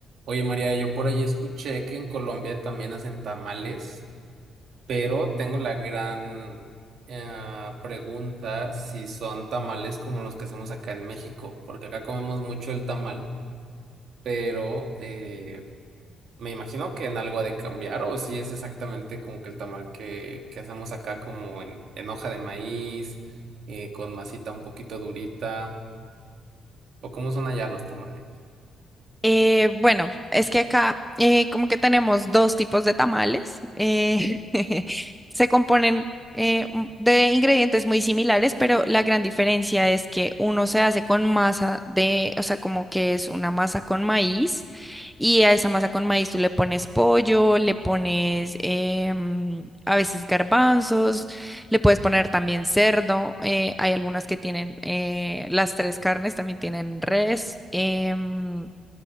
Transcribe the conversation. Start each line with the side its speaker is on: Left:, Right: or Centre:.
Right: Oye, María, yo por ahí escuché que en Colombia también hacen tamales, pero tengo la gran eh, pregunta si son tamales como los que hacemos acá en México, porque acá comemos mucho el tamal, pero eh, me imagino que en algo ha de cambiar, o si es exactamente como que el tamal que, que hacemos acá como en, en hoja de maíz, eh, con masita un poquito durita, o cómo son allá los tamales.
Centre: Eh, bueno, es que acá eh, como que tenemos dos tipos de tamales. eh, <laughs> se componen eh, m- de ingredientes muy similares, pero la gran diferencia es que uno se hace con masa de, o sea, como que es una masa con maíz y a esa masa con maíz tú le pones pollo, le pones em, a veces garbanzos, le puedes poner también cerdo. eh, hay algunas que tienen eh, las tres carnes, también tienen res. em,